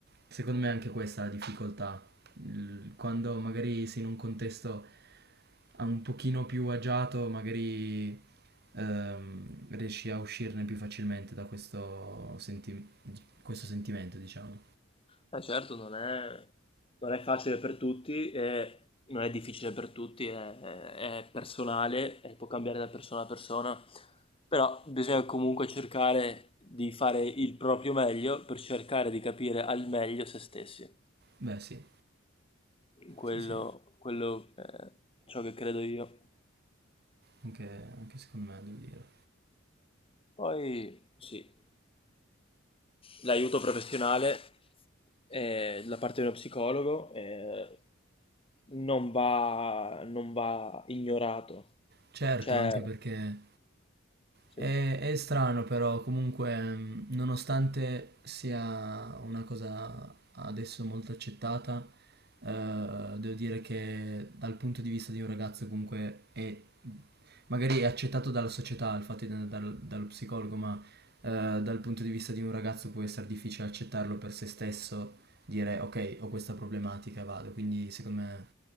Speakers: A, on the right; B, on the left.
A: secondo me è anche questa è la difficoltà. Il- Quando magari sei in un contesto a- un pochino più agiato, magari ehm, riesci a uscirne più facilmente da questo, senti- questo sentimento, diciamo.
B: Eh, certo, non è, non è facile per tutti, e non è difficile per tutti, è, è- è personale e può cambiare da persona a persona, però bisogna comunque cercare di fare il proprio meglio per cercare di capire al meglio se stessi.
A: Beh sì,
B: Quello,
A: sì, sì,
B: quello è ciò che credo io.
A: anche, anche secondo me devo dire.
B: Poi sì, l'aiuto professionale eh, da parte di uno psicologo eh, non va, non va ignorato.
A: Certo,
B: Cioè,
A: anche perché
B: sì,
A: È, è strano però, comunque, mh, nonostante sia una cosa adesso molto accettata, eh, devo dire che dal punto di vista di un ragazzo comunque è, magari è accettato dalla società il fatto di andare dal- dallo psicologo, ma eh, dal punto di vista di un ragazzo può essere difficile accettarlo per se stesso, dire ok, ho questa problematica, vado, quindi secondo me